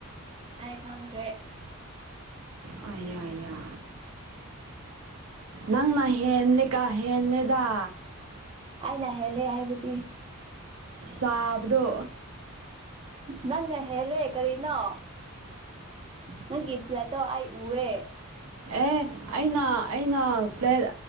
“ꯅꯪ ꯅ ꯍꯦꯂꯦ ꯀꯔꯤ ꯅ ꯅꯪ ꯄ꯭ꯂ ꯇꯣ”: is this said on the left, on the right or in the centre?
Right